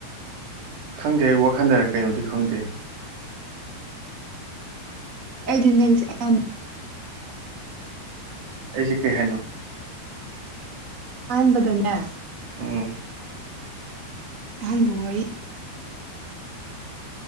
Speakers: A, on the right (about 65°); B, on the right (about 20°).
A: ꯈꯪꯗꯦ ꯑꯩ ꯋꯥꯈꯟꯅꯔ ꯀꯩꯅꯣꯗꯤ ꯈꯪꯗꯦ
B: ꯑꯩꯗꯤ ꯅꯪꯁꯦ ꯑꯍꯥꯟ
A: ꯑꯩꯖ‌ꯦ ꯀꯩ ꯍꯥꯏꯅꯣ
B: ꯑꯍꯥꯟꯕꯗꯅꯦ
A: ꯎꯝ
B: ꯑꯍꯥꯟꯕ ꯋꯥꯔꯤ